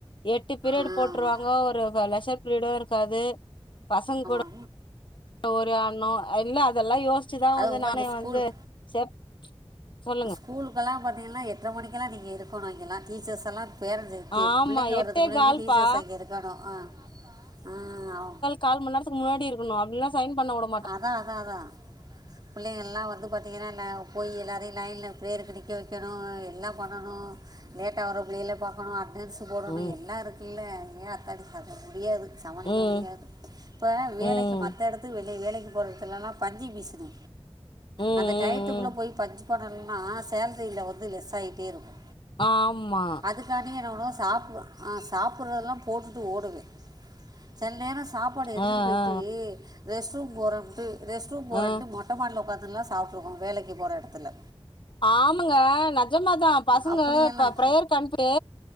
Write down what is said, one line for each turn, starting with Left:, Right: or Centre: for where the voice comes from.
Left: எட்டு பீரியட்
Right: ஆமாம்
Left: போட்டருவாங்க ஒரு லெசர் பீரியடு இருக்காது பசங் கூட
Right: ஆமா
Left: ஒரு அண்ணோ இல்ல அதெல்லா யோசிச்சுதா
Right: அது
Left: வந்து
Right: உங்களுக்கு
Left: நானே
Right: ஸ்கூல்
Left: வந்து செப் சொல்லுங்க
Right: ஸ்கூலக்கெல்லா பாத்திங்கன்னா எட்டரை மணிக்கலா நீங்க இருக்கணு இங்கெல்லா டீச்சர்ஸ் எல்லா பேரந்தேத்தி
Left: ஆமா
Right: புள்ளைங்க வர்றதுக்கு
Left: எட்டே
Right: முன்னாடியே
Left: கால்பா
Right: டீச்சர்ஸ் அங்கே இருக்கணு ஆ ஆ ஆ
Left: கால்மணி நேரத்துக்கு முன்னாடி இருக்கணு அப்டி இல்லன்னா சைன் பண்ண வுட
Right: அதா அதா அதா புள்ளைங்கல்லா வந்து பாத் தீங்கன்னா எல்லா போய் எல்லாரையு லைன்ல ப்ரேயருக்கு நிக்க வெக்கணு எல்லா பண்ணணு லேட்டாக வரு பிள்ளைகளை பாக்கணு அட்டனன்ஸ் போடணு
Left: ம்
Right: எல்லா இருக்குல்ல ஏ அத்தாடி அது முடியாது சமாளிக்க
Left: ம்
Right: முடியாது இப்ப வேலைக்கு
Left: ம் ம்
Right: மத்த எடத்து வே இன்னைக்கி வேலைக்கு போற எடத்துல எல்லா பஞ்சிங் மிஷினு
Left: ம்
Right: அந்த டயத்துக்குள்ள
Left: ம்
Right: போய் பஞ்சு போடலனா சேலரியில வந்து லெஸ் ஆயிட்டே இருக்கு
Left: ஆமா
Right: அதுக்கான்டி என்ன பண்ணுவோ சாப் அ சாப்பிடு்றதுலா போட்டுட்டு ஓடுவே செல நேரோ சாப்பாடு எடுத்துட்டு
Left: ஆ
Right: போய்ட்டு
Left: ஆ
Right: ரெஸ்ட் ரூம் போறோம்ன்ட்டு ரெஸ்ட் ரூம் போறன்ட்டு
Left: ஆ
Right: மொட்டமாடில உக்காந்துலா சாப்புட்ருக்கோ வேலைக்கி போறடத்துல
Left: ஆமங்க நெஜமாதா பசங்க
Right: அப்படியெல்லாம்
Left: ப்ப ப்ரெயர்க்குகனுப்புட்டு